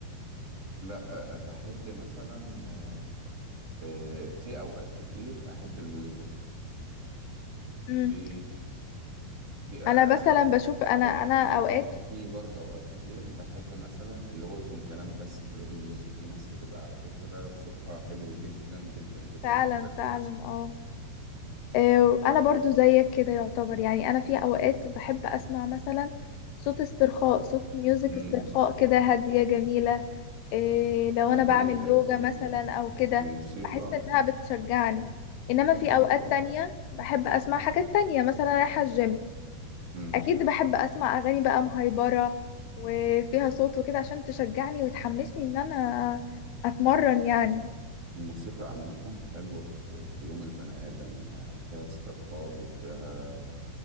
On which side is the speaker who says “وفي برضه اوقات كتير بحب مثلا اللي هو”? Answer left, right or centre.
Right